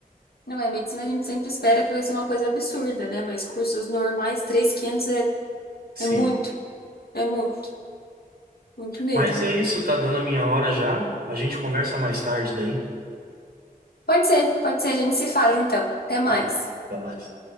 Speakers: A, on the left; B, on the right.
A: Não é, medicina a gente sempre espera que vai ser uma coisa absurda, né? Mas cursos normais, 3.500 é,
B: Sim.
A: é muito, é muito, muito mesmo.
B: Mas é isso, tá dando a minha hora já. A gente conversa mais tarde daí.
A: Pode ser, pode ser, a gente se fala então. Até mais.
B: Tá bom. Até mais.